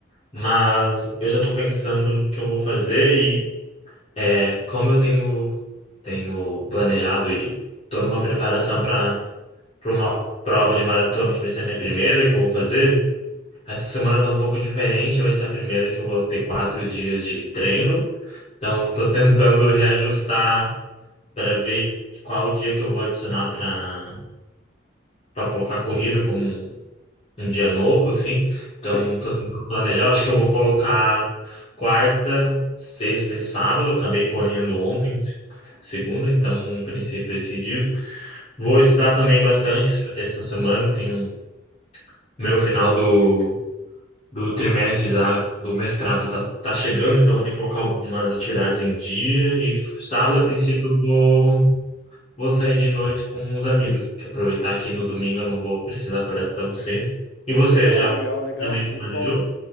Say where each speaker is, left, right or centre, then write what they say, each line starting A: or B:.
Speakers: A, on the left; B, on the left.
A: mas eu já estou pensando no que eu vou fazer e é, como eu tenho, tenho planejado e estou numa preparação para uma prova de maratona, que vai ser a minha primeira que eu vou fazer. Essa semana tá um pouco diferente, vai ser a primeira que eu vou ter quatro dias de treino. Então, tô tentando reajustar para ver qual dia que eu vou adicionar para para colocar a corrida como um, um dia novo, assim. Então,
B: Sei.
A: tô tentando planejar. Acho que eu vou colocar quarta, sexta e sábado. Eu acabei correndo ontem, se- segunda, então, a princípio, esses dias. Vou estudar também bastante essa semana. Tenho Meu final do, do trimestre já do mestrado tá, tá chegando, então vou ter que colocar algumas atividades em dia. E sábado,
B: Legal.
A: a princípio, eu vou, vou sair de noite com uns amigos, que aproveitar que no domingo eu não vou precisar acordar tão cedo. E você,
B: Legal,
A: já,
B: legal, legal.
A: já meio que
B: Muito
A: planejou?
B: bom.